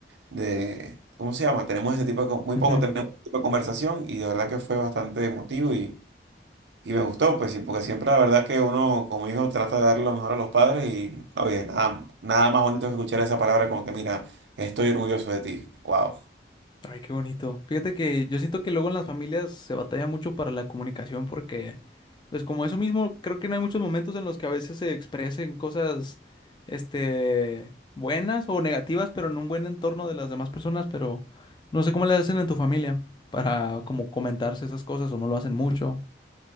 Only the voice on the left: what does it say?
Ujú.
Ay, qué bonito. Fíjate que yo siento que luego en las familias se batalla mucho para la comunicación porque, pues como eso mismo, creo que no hay muchos momentos en los que a veces se expresen cosas, este, buenas o negativas, pero en un buen entorno de las demás personas, pero no sé cómo le hacen en tu familia para como comentarse esas cosas o no lo hacen mucho.